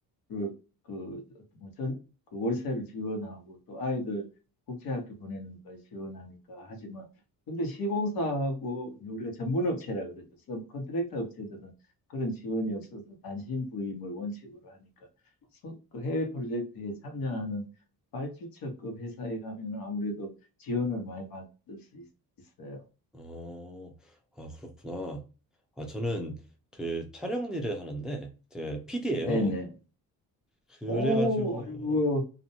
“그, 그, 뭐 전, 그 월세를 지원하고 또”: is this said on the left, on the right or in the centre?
Left